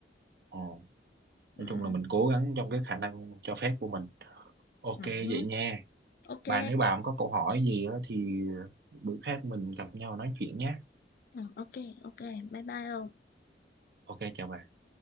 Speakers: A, on the right; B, on the left.
A: ờ. nói
B: ừ,
A: chung là mình cố gắng trong cái khả năng cho phép của mình ok
B: ừ,
A: vậy nha
B: ok
A: bà nếu bà không có câu hỏi gì á thì bữa khác mình gặp nhau nói chuyện nhé
B: ừ, ok ok bye bye ông
A: ok chào bà